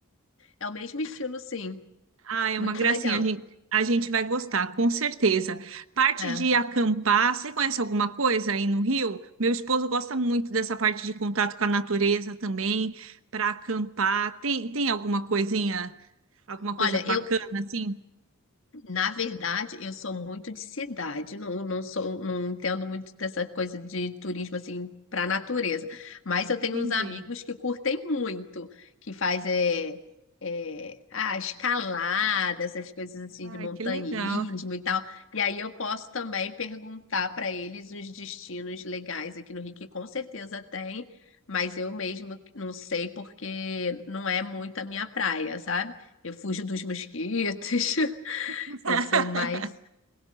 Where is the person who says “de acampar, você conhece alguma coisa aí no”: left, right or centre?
Right